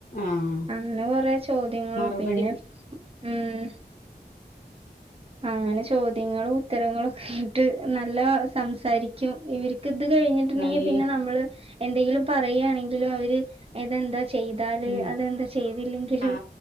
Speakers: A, on the left; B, on the right.
A: ആഹ്
B: അങ്ങനെ കൊറെ ചോദ്യങ്ങള-
A: മറുപടി
B: പിന്നെ, ഉം.. അങ്ങനെ ചോദ്യങ്ങളും, ഉത്തരങ്ങളൊക്കെട്ട് നല്ല- <inaudible> സംസാരിക്കും ഇവര്ക്ക് ഇത്- കഴിഞ്ഞിട്ടുണ്ടെങ്കിൽ
A: നല്ല
B: പിന്നെ നമ്മള് എന്തെങ്കിലും പറയുകയാണെങ്കിൽ- അവര് അതെന്താ ചെയ്താല്,
A: ഉം
B: അതെന്താ ചെയ്തില്ലെങ്കി.
A: ആ
B: ഇഹ്